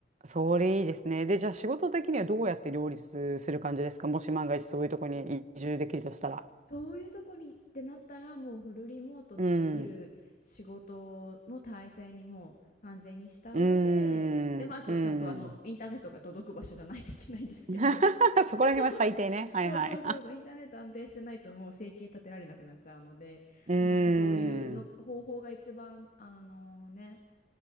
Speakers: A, on the right (about 40°); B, on the left (about 50°).
A: それいいですね。で、じゃあ仕事的にはどうやって両立する感じですかもし万が一そういうとこに移住できるとしたら。
B: そういうとこにってなったらもうフルリモートでできる仕事の体制にもう完全にした上で、
A: うん。うーん。
B: でもああとちゃんとあのインターネットが届く場所じゃないといけないんですけど
A: うん。<laughs> そこら辺は最低ね。
B: <laughs>
A: はいはい。
B: そう、そうそうそうそうインターネット安定してないともう生計立てられなくなっちゃうのででもなんかそういうの方法が一番あのね
A: <laughs> うーん。